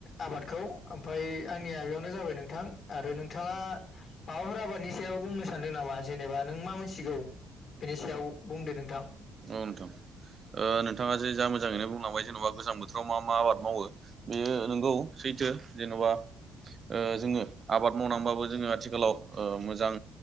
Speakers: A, on the left; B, on the right.
A: आबादखौ ओमफाय आंनि बेयावनो जाबाय नोंथां आरो <unintelligible> नोंथाङा माबाफोर आबादनि सायाव बुंनो सानदों नामा जेनेबा नों मा मिथिगौ? बेनि सायाव बुंदो नोंथां।
B: औ नोंथां ओ नोंथाङा जे जा मोजाङैनो बुंलांबाय जेन'बा गोजां बोथोर बोथोराव मा -मा आबाद मावो बेयो नोंगौ सैथो जेन'बा ओ जोङो आबाद मावनांबाबो जोङो आथिखालाव ओ मोजां